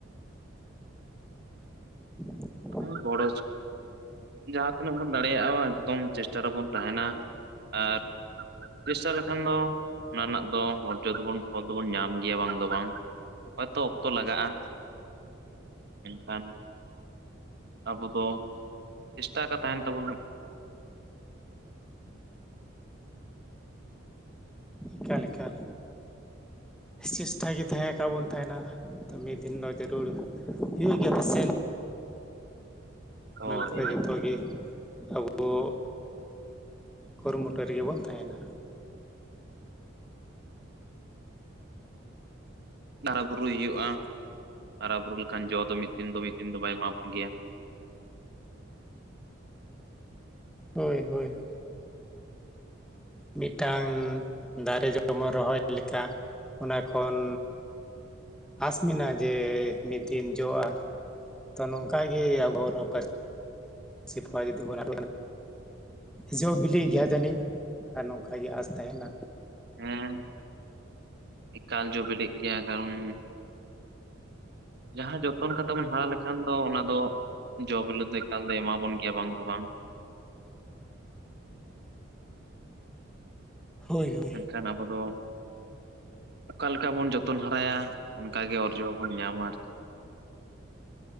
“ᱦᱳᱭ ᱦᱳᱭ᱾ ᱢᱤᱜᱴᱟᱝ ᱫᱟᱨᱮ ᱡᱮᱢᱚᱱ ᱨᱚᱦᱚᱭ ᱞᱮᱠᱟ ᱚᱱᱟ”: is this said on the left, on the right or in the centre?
Centre